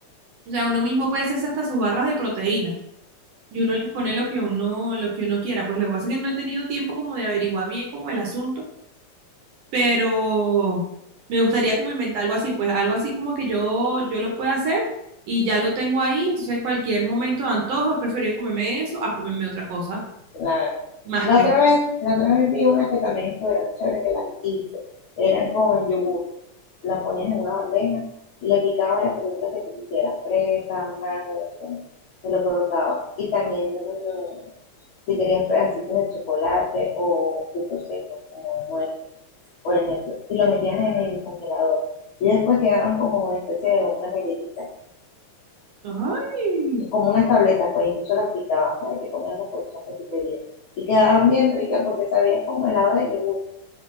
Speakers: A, on the right; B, on the left.
A: O sea, uno mismo puede hacerse hasta sus barras de proteína. Y uno les pone lo que uno, lo que uno quiera. Pues lo que pasa es que no he tenido tiempo como de averiguar bien como el asunto. Pero me gustaría como inventar algo así. Pues algo así como que yo, yo lo pueda hacer y ya lo tengo ahí. Entonces, cualquier momento de antojo, es preferible comerme eso a comerme otra cosa
B: Claro.
A: más
B: La
A: pesada.
B: otra vez, la otra vez vi unas que también estuvieron chéveres, que las hice. Eran con yogur. La ponías en una bandeja y le picabas las frutas que tú quisieras, fresa, mango, no sé qué más. Se lo colocabas. Y también, mm, si querías pedacitos de chocolate o frutos secos, como nueces por ejemplo. Y lo metías en el congelador. Y después quedaban como especie de una galletita
A: Ay,
B: como unas tabletas, pues incluso las picabas, ¿no? y te comías la porción que tú querías. Y quedaban bien ricas porque sabían como helado de yogur.